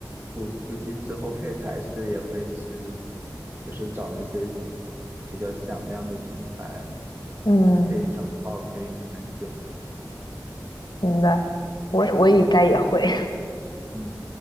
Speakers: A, on the right; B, on the left.
A: 我估计之后配台式也会是，就是找那些比较响亮的品牌。
B: 嗯，
A: 然后配一整套可以用很久。
B: 明白，我我也该也会。
A: 嗯嗯，